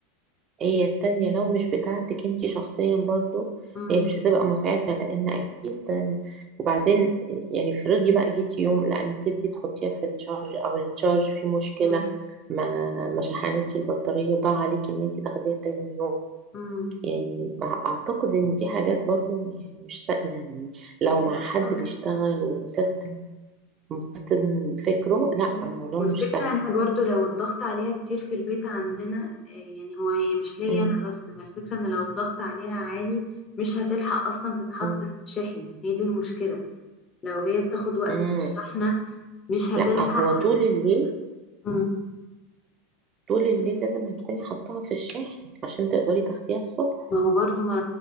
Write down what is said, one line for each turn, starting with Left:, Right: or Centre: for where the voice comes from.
Right: هي التانية لو مش بتاعتك انتي شخصيا برضو
Left: مم.
Right: هي مش هتبقى مسعفة لان اكيد وبعدين يعني افرضي بقى جيتي يوم لا نسيتي تحطيها في التشارج او التشارج فيه مشكلة
Left: مم.
Right: ما ما شحنتش البطارية ضاع عليك ان انتي تاخديها تاني يوم
Left: مم.
Right: يعني مع- اعتقد ان دي حاجات برضو يعني مش سا... يعني لو
Left: أكيد
Right: مع حد
Left: طبعا.
Right: بيشتغل ومسيستم مسيستم فكره لا
Left: مم.
Right: الموضوع
Left: والفكرة
Right: مش سهل
Left: ان برضو لو الضغط عليها كتير في البيت عندنا آه، يعني هو هي مش ليا
Right: مم.
Left: انا بس ما الفكرة ان لو الضغط عليها عالي مش هتلحق اصلا تتحط
Right: مم.
Left: في الشحن هي دي المشكلة لو هي بتاخد وقت
Right: مم.
Left: في الشحنة مش هتلحق
Right: لا هو طول الليل
Left: مم.
Right: طول الليل لازم هتكوني حطاها في الشاحن عشان تقدري تاخديها الصبح
Left: ما هو برضو ما